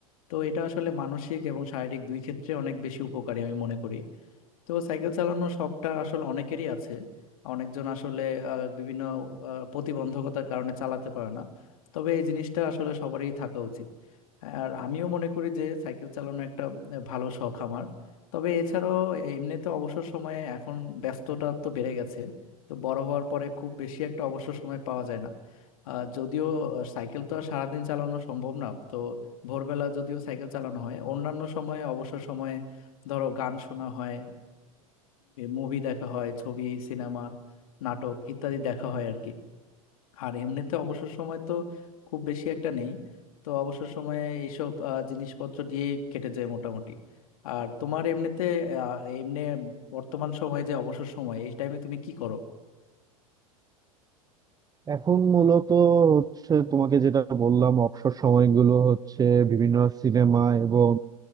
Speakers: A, on the left; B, on the right.
A: তো এটা আসলে মানসিক এবং শারীরিক দুই ক্ষেত্রে অনেক বেশি উপকারী আমি মনে করি তো সাইকেল চালানোর শখটা আসলে অনেকেরই আছে অনেকজন আসলে আহ, বিভিন্ন আহ, প্রতিবন্ধকতার কারণে চালাতে পারে না তবে এই জিনিসটা আসলে সবারই থাকা উচিত আর আমিও মনে করি যে সাইকেল চালানো একটা আহ, ভালো শখ আমার তবে এছাড়াও এমনিতে অবসর সময়ে এখন ব্যস্ততা তো বেড়ে গেছে তো বড় হওয়ার পরে খুব বেশি একটা অবসর সময় পাওয়া যায় না আহ, যদিও আহ, সাইকেল তো আর সারাদিন চালানো সম্ভব না তো ভোরবেলা যদিও সাইকেল চালানো হয় অন্যান্য সময়ে অবসর সময়ে ধরো গান শোনা হয় মুভি দেখা হয় ছবি সিনেমা নাটক ইত্যাদি দেখা হয় আর কি আর এমনিতে অবসর সময় তো খুব বেশি একটা নেই তো অবসর সময়ে এইসব আহ, জিনিসপত্র দিয়ে কেটে যায় মোটামুটি আর তোমার এমনিতে আহ, এমনি বর্তমান সময়ে যে অবসর সময় এই টাইমে তুমি কি করো
B: এখন মূলত হচ্ছে তোমাকে যেটা বললাম অবসর সময়গুলো হচ্ছে বিভিন্ন সিনেমা এবং